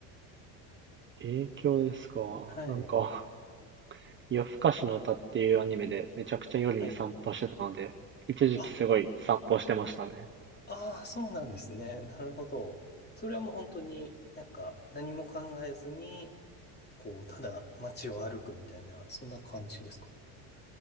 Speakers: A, on the right; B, on the left.
A: 影響ですか。
B: はい。
A: なんか、夜更かしの歌っていうアニメでめちゃくちゃ夜に散歩してたので、
B: はい。
A: 一時期すごい散歩してましたね。
B: あ、ああ、そうなんですね。なるほど。それはもう本当になんか何も考えずに、こう、ただ街を歩くみたいな、そんな感じですか